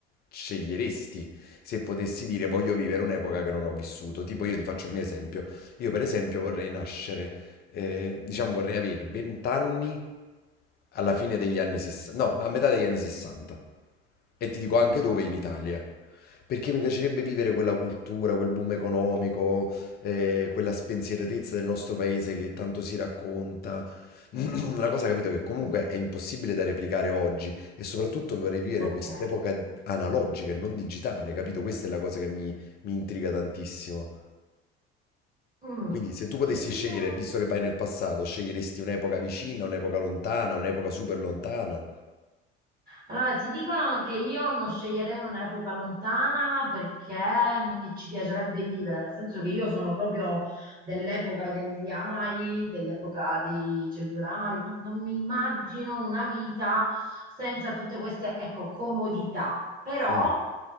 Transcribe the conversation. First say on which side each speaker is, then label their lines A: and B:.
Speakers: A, on the left; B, on the right.
A: sceglieresti se potessi dire voglio vivere un'epoca che non ho vissuto? Tipo io ti faccio il mio esempio. Io per esempio vorrei nascere eh, diciamo vorrei avere 20 anni alla fine degli anni 60, no, a metà degli anni 60. E ti dico anche dove in Italia. Perché mi piacerebbe vivere quella cultura, quel boom economico, eh, quella spensieratezza del nostro paese che tanto si racconta. <clears throat> Una cosa, capito, che comunque
B: mm.
A: è impossibile da replicare oggi e soprattutto vorrei vivere
B: Ok.
A: quest'epoca analogica e non digitale, capito? Questa è la cosa che mi, mi intriga tantissimo.
B: Mm.
A: Quindi se tu potessi
B: Io.
A: scegliere, visto che vai nel passato, sceglieresti un'epoca vicina, un'epoca lontana, un'epoca super lontana?
B: Allora, ti dicono che io non sceglierei un'epoca lontana perché non mi ci piacerebbe vivere, nel senso che io sono proprio dell'epoca degli AI, dell'epoca dei cellulari, no- non mi immagino una vita senza tutte queste, ecco, comodità. Però
A: Mm.